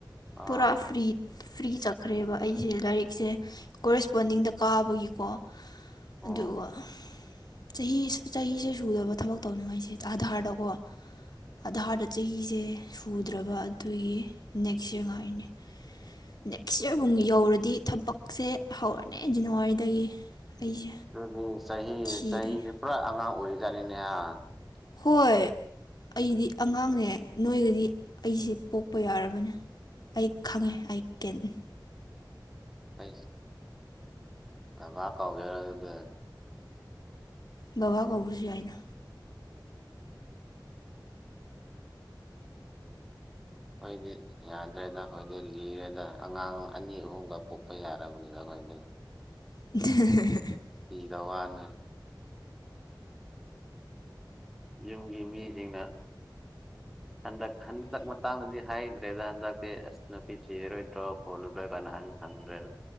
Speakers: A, on the left (about 60°); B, in the centre.
A: ꯄꯨꯔꯥ
B: ꯑꯥ
A: ꯐ꯭ꯔꯤ ꯐ꯭ꯔꯤ ꯆꯠꯈ꯭ꯔꯦꯕ ꯑꯩꯁꯦ ꯂꯥꯏꯔꯤꯛꯁꯦ ꯀꯣꯔꯦꯁꯄꯣꯟꯗꯤꯡꯗ ꯀꯥꯕꯒꯤꯀꯣ
B: ꯑꯣ
A: ꯑꯗꯨꯒ ꯆꯍꯤ ꯆꯍꯤꯁꯦ ꯁꯨꯗꯕ ꯊꯕꯛ ꯇꯧꯅꯤꯡꯉꯥꯏꯁꯦ ꯑꯥꯙꯥꯔꯗꯀꯣ ꯑꯗ ꯍꯥꯗ ꯆꯍꯤꯁꯦ ꯁꯨꯗ꯭ꯔꯕ ꯑꯗꯨꯒꯤ ꯅꯦꯛꯁ ꯁꯉꯥꯏꯅꯤ ꯅꯦꯛꯁ ꯌꯔꯕꯨꯨ ꯌꯧꯔꯗꯤ ꯊꯕꯛꯁꯦ ꯍꯧꯔꯅꯤ ꯖꯅꯋꯥꯔꯤꯗꯒꯤ ꯑꯩꯁꯦ
B: ꯑꯗꯨꯗꯤ ꯆꯍꯤ
A: ꯊꯤꯗꯣꯏꯅꯦ
B: ꯆꯍꯤꯁꯦ ꯄꯨꯔꯥ ꯑꯉꯥꯡ ꯑꯣꯏꯔꯤꯖꯥꯅꯤꯅꯦꯍ <unintelligible>
A: ꯍꯣꯏ ꯑꯩꯗꯤ ꯑꯉꯥꯡꯅꯦ ꯅꯣꯏꯒꯗꯤ ꯑꯩꯁꯦ ꯄꯣꯛꯄ ꯌꯥꯔꯕꯅꯦ ꯑꯩ ꯈꯪꯉꯦ ꯑꯩꯕ
B: ꯐꯩꯁ ꯑꯃ ꯀꯥꯎꯒꯦꯔꯗ
A: ꯕꯕꯥ ꯀꯧꯕꯁꯨ ꯌꯥꯏꯅ
B: ꯑꯩꯈꯣꯏꯗꯤ ꯌꯥꯗ꯭ꯔꯦꯗ ꯑꯩꯈꯣꯏꯗꯤ ꯂꯤꯔꯦꯗ ꯑꯉꯥꯡ ꯑꯅꯤ ꯑꯍꯨꯝꯒ ꯄꯣꯛꯄ ꯌꯥꯔꯕꯅꯤꯅ ꯑꯩꯈꯣꯏ ꯂꯦ
A: <inaudible>
B: ꯖꯅ ꯌꯨꯝꯒꯤ ꯃꯤꯁꯤꯡꯅ ꯍꯟꯗꯛ ꯍꯟꯗꯛ ꯃꯇꯥꯡꯗꯗꯤ ꯍꯥꯏ ꯗ꯭ꯔꯦ ꯍꯟ ꯅꯄꯤ ꯆꯤꯔ ꯏ꯭ꯔꯣ ꯀꯣꯜꯕꯅ ꯍꯪ ꯍꯗ꯭ꯔꯦ ꯑꯗꯨ